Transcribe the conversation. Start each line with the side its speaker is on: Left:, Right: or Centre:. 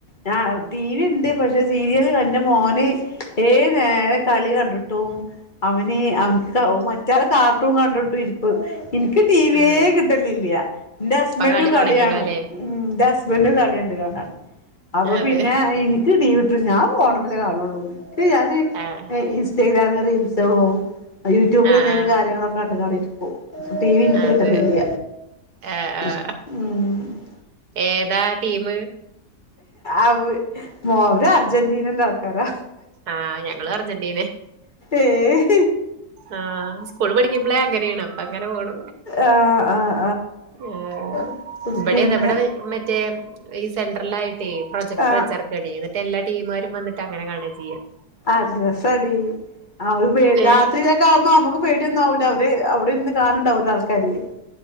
Left: ഞ ടി വി ഉണ്ട് പക്ഷെ സീരിയല് കണ്ട മോ ഏ തു നേരെ കളി കണ്ടിട്ടും അവന് അവനിക്ക് മറ്റാല് കാർട്ടൂൺ കണ്ടിട്ട് ഇരിക്ക് എനിക്ക് ടിവിയേ
Right: ആഹ്
Left: കിട്ടലില്ലയ എന്റെ ഹസ്ബൻറും
Right: ഇപ്പൊ കളി
Left: കളികാണും
Right: തുടങ്ങിയല്ലോ അല്ലെ
Left: ഉം എന്റെ ഹസ്ബൻറും കളി ഉണ്ട് കാണാൻ അപ്പൊ
Right: അതെ
Left: പിന്നെ എനിക്ക് ഡീവിട്ട് ഞാൻഫോണിൽമേൽ കാണുള്ളൂ എനിക്ക് ഞാന്
Right: ആഹ്
Left: ഇൻസ്റ്റഗ്രാം റീൽസ്റ്റോ യൂട്യൂബിൽ
Right: ആഹ്
Left: എന്തെങ്കിലും കാര്യങ്ങളൊക്കെ കണ്ടുക കാണിട്ടരിക്കോ ടി വി എനിക്ക്
Right: ആഹ്
Left: കിട്ടലില്ല
Right: അതെ ആഹ് ഏ ആഹ്
Left: ഉം
Right: ഏതാ ടീം
Left: അവര് അർജന്റീനന്റെ ആൾക്കാരാ
Right: ആഹ് ഞങ്ങള് അർജന്റീനെ
Left: ഏഹ്
Right: ആഹ് സ്കൂള് പഠിക്കുമ്പളേ അങ്ങനെയാണ് അപ്പ അങ്ങനെ പോണ
Left: ആഹ് ആഹ്
Right: ആഹ് ഏഹ്
Left: ആഹ്
Right: ഇവിടെ
Left: പിന്നെ
Right: അത എവിടെ മറ്റേ ഈ സെൻട്രൽ ആയിട്ട് പ്രൊജക്ട്ർ
Left: ആഹ്
Right: വച്ചേർക്കുകണ എന്നിട്ട് എല്ലാ ടീമമാരും വന്നിട്ട് അങ്ങനെ കാണുക ചെയ്യാം
Left: അ ഡ്രസ അടി അവ രാത്രിയില
Right: ഏഹ്
Left: കുമ്പോ നമുക്ക് പേടിയ ഒന്നുംല്ല അവര് അവിടെ ഇരുന്ന് കാണണ്ടാവൂല് ആൾക്കാര്